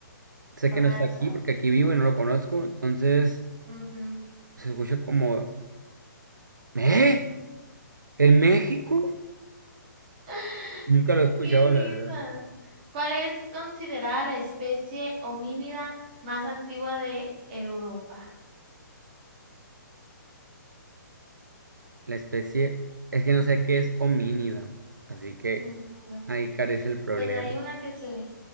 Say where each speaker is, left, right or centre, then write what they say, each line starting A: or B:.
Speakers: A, on the right; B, on the right.
A: Sé
B: Balsas.
A: que no está aquí porque aquí vivo y no lo conozco. Entonces,
B: Ujú.
A: se escucha como... ¿Eh? ¿El México?
B: <laughs>
A: Nunca lo he escuchado,
B: Qué risa.
A: la verdad.
B: ¿Cuál es considerada la especie homínida más antigua de Europa?
A: La especie es que no sé qué es homínida. Así que
B: Mm, No, yo-
A: ahí carece el problema.
B: Pues hay una que se,